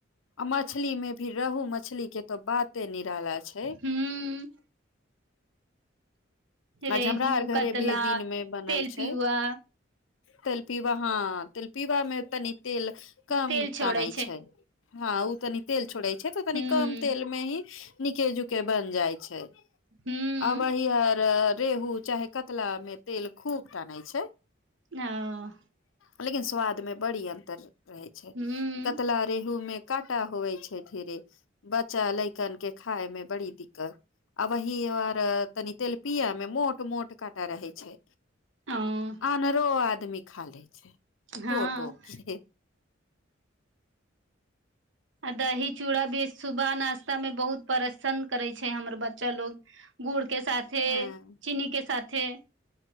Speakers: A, on the left (about 90°); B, on the right (about 70°).
A: मछली मे भी रउहू मछली के तो बात ते निराला छै
B: ह
A: आज
B: रउहू,
A: हमरा आर घरे
B: कत्ला
A: भी दिन मे बनल
B: तेलपियुआ
A: छै तेलपिबा हाँ तेलपिबा में तनी तेल कम
B: तेल छोड़ै
A: टानै छै हाँ उ तनी तेल छोड़े छै तनी
B: हूँ
A: कम तेल मे हीं नीके जुके बन जाइ छै
B: हूँ
A: अबे ही आर आ रउहू चाहे कत्ला मे तेल खूब ताने छै
B: हाँ
A: लेकिन स्वाद मे बढ़ि अंतर रहै छै
B: हूँ
A: कत्तला रेउहू मे कतह होबै छै धीरे बच्चा लड़कन के खाई मे बड़ी दिक्क़त अबहीं आर तनि तेल बीया मे मोट मोट काँटा रहै छै
B: हँ
A: अहनरो आदमी खा लै छै
B: हँ
A: टो टो के <inaudible>
B: आ दही चूड़ा भी सुबह नाश्ता मे बहुत प्रसन्न करैय छै हमर ब- -च्चा लोग गुड के साथे
A: हँ
B: चीनी के साथे